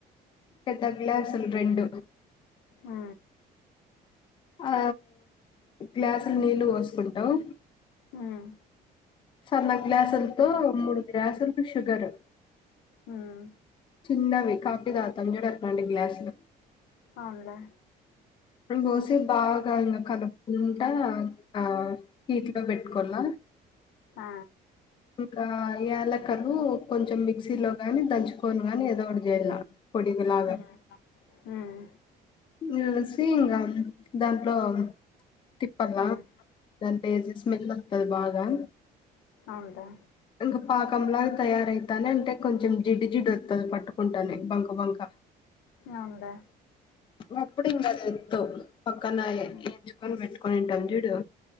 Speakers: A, on the left (about 30°); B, on the left (about 80°).
A: పెద్ద గ్లాసులు రెండు
B: ఆ
A: ఆ గ్లాసులు నీళ్ళు పోసుకుంటావు
B: హ్మ్
A: సన్న గ్లాసులతో మూడు గ్లాసులు షుగరు
B: ఉమ్
A: చిన్నవి కాఫీ తాగుతారు చూడు అట్లాంటి గ్లాసులు
B: అవునులే
A: పోసి బాగా ఇంగా కలుపుకుంటా ఇంకా హీట్ లో పెట్ కొన్న
B: హ
A: ఇంకా యలక్కలు కొంచెం మిక్సీ లో గాని దంచుకోని గాని ఎదొ ఒకటి చేయల్ల పొడిగ లాగ
B: ఉమ్ ఉమ్
A: వేసి ఇంగా దాంట్లో తిప్పల్లా
B: ఉమ్
A: దాన్ని ఎసి స్మెల్ వత్తాది బాగా
B: అంటా
A: ఇంకా పాకంలాగా తయార అయితానే అంటే కొంచెం జిడ్డు జిడ్డు వత్తాది పట్టుకుంటానే బంక బంక
B: అవునులే
A: అప్పుడు ఇంకా దింపు పక్కన
B: ఉమ్
A: ఎంచుకొని పెట్టుకొని ఉంటాం చూడు